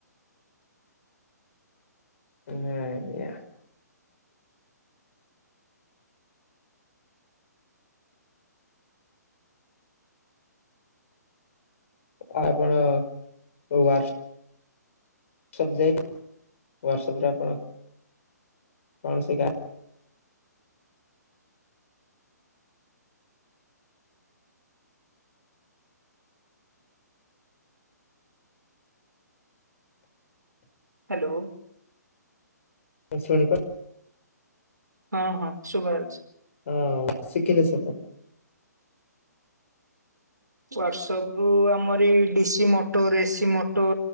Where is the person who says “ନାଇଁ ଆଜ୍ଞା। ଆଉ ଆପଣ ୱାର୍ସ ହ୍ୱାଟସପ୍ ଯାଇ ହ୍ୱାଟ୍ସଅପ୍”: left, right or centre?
Left